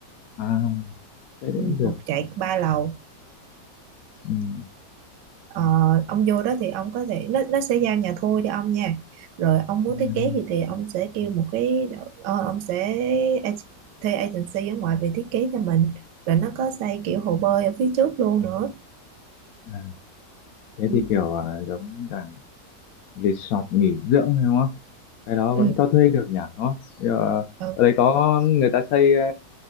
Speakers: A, on the left; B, on the right.
A: à thế thì
B: ừ,
A: cũng được
B: một trệt ba lầu
A: ừ.
B: Ờ, ông vô đó thì ông có thể nó nó sẽ giao nhà thô cho ông nha rồi ông muốn
A: nhà-
B: thiết
A: nhà
B: kế
A: thôi.
B: gì thì ông sẽ kêu một cái ờ, ông sẽ ag- thuê agency ở ngoài về thiết kế cho mình rồi nó có xây kiểu hồ bơi ở phía trước luôn nữa
A: à, thế
B: ừ
A: thì kiểu à, giống dạng resort nghỉ dưỡng hay không á? cái đó
B: ừ
A: vẫn cho thuê được nhỉ đúng không Bây giờ, ờ,
B: ừ,
A: ở đấy có người ta xây ờ,